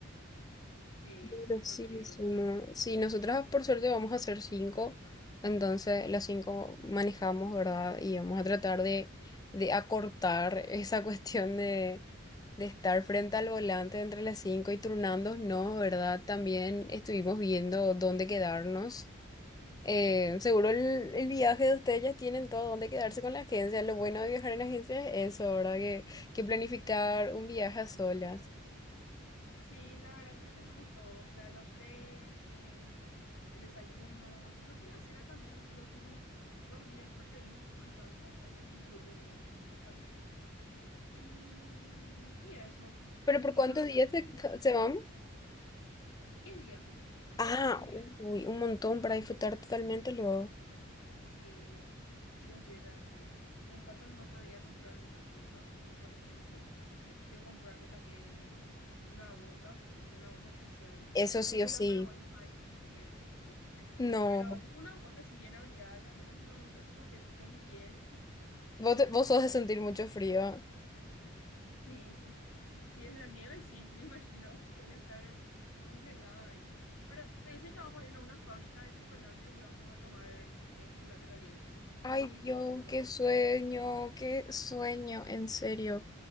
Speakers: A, on the left (about 85°); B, on the left (about 20°).
A: Sí,
B: Peligrosísimo.
A: súper peligroso.
B: Sí, nosotras por suerte vamos a ser cinco, entonces las cinco manejamos, ¿verdad? Y vamos a tratar de, de acortar <laughs> esa cuestión de, de estar frente al volante entre las cinco y turnándonos, ¿verdad? También estuvimos viendo dónde quedarnos. Eh, seguro el, el viaje de ustedes ya tienen todo donde quedarse con la agencia. Lo bueno de viajar en agencia es eso, ¿verdad? Que, que planificar un viaje a solas.
A: Sí, la verdad que ya tenemos todo, o sea, el hotel, em, el desayuno, creo que la cena también, creo que unos dos días por ahí nos alcanza, o sea, nos incluye, digamos, en el paquete. Y, mm, y eso.
B: ¿Pero por
A: Y
B: cuántos
A: los atractivos.
B: días se, se van?
A: diez días. Durante
B: Ah,
A: 10 días.
B: uy, un montón para disfrutar totalmente luego.
A: Sí. Y yo estoy re ansiosa. Me falta nomás todavía comprar algunas cosas, como por ejemplo, eh, quiero comprarme también una bota, tipo una bota especial.
B: Eso
A: Ya
B: sí
A: sé que
B: o
A: acá
B: sí.
A: en Paraguay no hay de nieve, sí.
B: No,
A: Pero tipo una bota así bien abrigada, que al menos no, no se congele mi pie.
B: vos, te- vos sos de sentir mucho frío.
A: <laughs> Sí. Si es la nieve, sí, me <laughs> imagino que voy a estar congelada ahí. Pero me dicen que vamos a ir a una fábrica de chocolates y vamos a tomar eh, chocolate caliente.
B: Ay
A: Ay, Dios
B: Dios,
A: mío, ya quiero.
B: qué sueño, qué sueño, en serio.